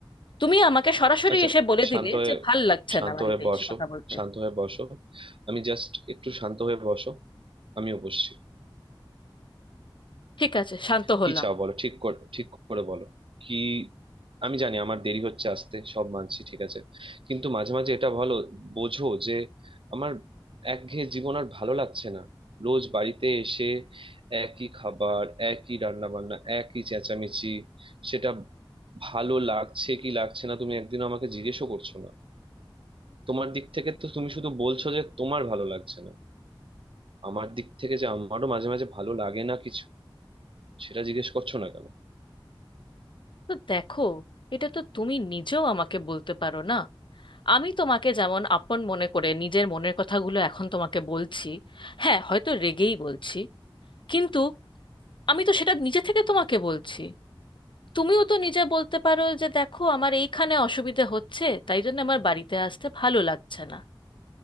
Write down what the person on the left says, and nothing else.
তুমি আমাকে সরাসরি
এসে বলে দিলে
যে ভাল লাগছে
না বাড়িতে
এসে কথা বলতে
ঠিক আছে শান্ত হলাম
তো দেখো এটা তো তুমি নিজেও আমাকে বলতে পারো না আমি তোমাকে যেমন আপন মনে করে নিজের মনের কথাগুলো এখন তোমাকে বলছি হ্যাঁ হয়তো রেগেই বলছি কিন্তু আমি তো সেটা নিজে থেকে তোমাকে বলছি তুমিও তো নিজে বলতে পারো যে দেখো আমার এইখানে অসুবিধে হচ্ছে তাই জন্য আমার বাড়িতে আসতে ভালো লাগছে না